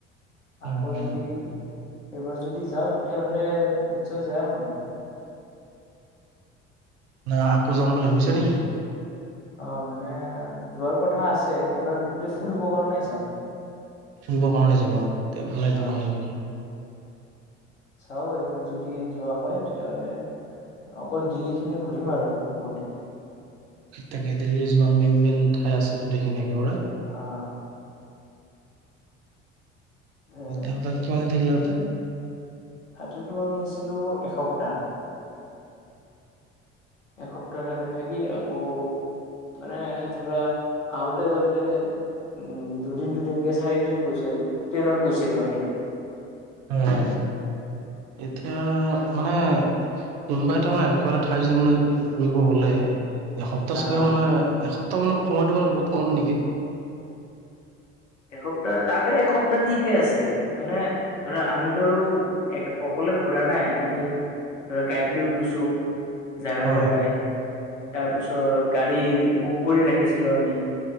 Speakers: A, on the right (about 60°); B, on the left (about 85°).
A: উম,
B: আকৌ যদি এইবাৰ যদি যাওঁ তেতিয়াহ'লে নিশ্চয় যাম আৰু।
A: না আকৌ যাম বুলি ভাবিছা নেকি?
B: অ', মানে যোৱাৰ কথা আছে এইবাৰ গোট ফুৰিবৰ কাৰণে যাম
A: ফুৰিবৰ কাৰণে যাবা তেতিয়া ভালে তেনেহ'লে
B: অ'।
A: দেখোন।
B: চাওঁ এইবাৰ যদি যোৱা হয় তেতিয়াহ'লে অকল দিল্লীখিনি ঘূৰিম আৰু গোটেই।
A: তাকে দিল্লীৰ যিমান মেইন মেইন ঠাই আছে গোটেইখিনি একেবাৰে।
B: অ'। এ
A: তাত কিমান দিন থাকিলা তাতে?
B: তাতেতো আমি আছিলো এসপ্তাহ। এসপ্তাহ তাতে থাকি আকৌ মানে ধৰা আহোতে যাওঁতে উম, দুদিন দুদিন কে চাৰিদিন গৈছিল ট্ৰেইনত গৈছিলো আমি।
A: হয়, এতিয়া মানে কোনোবা এটাৰ মানে এনেকুৱা এটা ঠাই যদি মানে ফুৰিব হ'লে এসপ্তাহ
B: আহ
A: চালে মানে এসপ্তাহ মানৰ সময়টো মানে বহুত কম নেকি।
B: এসপ্তাহ তাতে এসপ্তাহ ঠিকে আছে। মানে ধৰা আমিতো আৰু এক অকলে ঘুৰা নাই। আমি গাইড লৈ গৈছো। জেগাই
A: হয়,
B: জেগাই তাৰপিছত গাড়ীৰ বুক কৰি ৰাখিছিলো আমি।